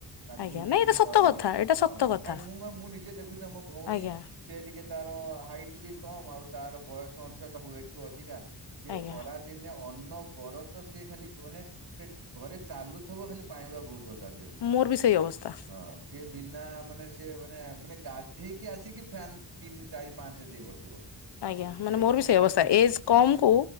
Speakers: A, on the right; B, on the left.
A: ତାଙ୍କୁ
B: ଆଜ୍ଞା
A: ଟିକେ
B: ନାଇଁ ଏଇଟା ସତ
A: ଗରମ୍
B: କଥା
A: ଗରମ୍
B: ଏଇଟା
A: ହଁ
B: ସତ
A: ମୁଁ
B: କଥା
A: କାଇଁ ମୁଁ ମୋର ମୁଁ ନିଜେ ଦେଖୁଛି ନା ମୋ ଭୋଉଣୀ
B: ଆଜ୍ଞା
A: ସେ ଟିକେ ତାର ହାଇଟ୍ ବି କମ୍ ଆଉ ତାର ବୟସ ଅନୁସାରେ ତା ୱେଟ ବି ଅଧିକା। ସିଏ
B: ଆଜ୍ଞା।
A: ଖରା ଦିନେ ଅନ୍ନବରତ ସେ ଖାଲି ମାନେ ସେ ଘରେ ଚାଲୁଥୁବ ଖାଲି ପାଣି ଗୁଡା ବୋହୁ ଥୁବ ତା ଦେହରୁ
B: ମୋର ବି ସେଇ ଅବସ୍ଥା
A: ହଁ ସେ ବିନା ମାନେ ସେ ମାନେ ମାନେ ତାଧେଇକି ଆସିକି ଫ୍ୟାନ୍ ତିନ୍ ରେ ଚାରି ପାଞ୍ଚ୍ ରେ ଦେଇକି ବସିବ।
B: ଆଜ୍ଞା
A: ସେ
B: ମାନେ
A: ଏତେ
B: ମୋର ବି ସେଇ
A: ତାକୁ
B: ଅବସ୍ଥା ଏଜ୍
A: ହଁ
B: କମ୍ କୁ